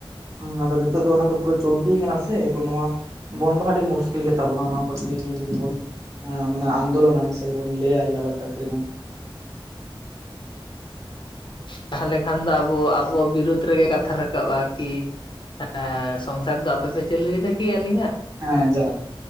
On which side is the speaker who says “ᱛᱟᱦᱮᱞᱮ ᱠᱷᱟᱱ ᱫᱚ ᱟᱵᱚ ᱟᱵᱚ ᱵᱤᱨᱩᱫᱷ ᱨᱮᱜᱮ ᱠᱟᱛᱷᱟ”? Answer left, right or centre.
Left